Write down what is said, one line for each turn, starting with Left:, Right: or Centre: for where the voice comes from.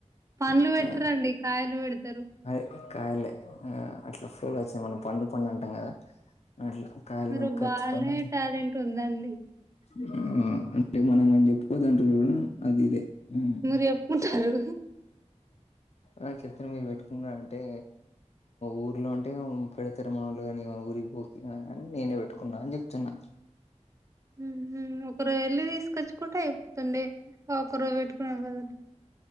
Right: పండ్లు
Left: ఇంకా
Right: పెట్టరండి కాయలు పెడతారు.
Left: అదే కాయలే ఆ అట్లా ఫ్లో లో వచ్చింది మనం పండు పండు అంటాం గాదా అట్లా కాయలు
Right: మీరు
Left: కొనుక్కొచ్చుకొని
Right: బానే టాలెంట్ ఉందండి
Left: ఉమ్ అంటే మనం ఏం చెప్పుకోదంటారు జూడు అది ఇదే హ్మ్.
Right: మరి చేప్పుంటారు
Left: ఆ చెప్తున్న మీరు పెట్టుకున్నర అంటే ఊర్లో ఉంటే పెడతరూ మామూల్ గాని ఊరికి పో నేనే పెట్టుకున్నా అని జేప్తున్నా
Right: ఉహు ఒకరోజు వెళ్ళి తీసుకొచ్చుకుంటే అయిపోతుండే ఆ ఒకరోజు పెట్టుకునే బదలు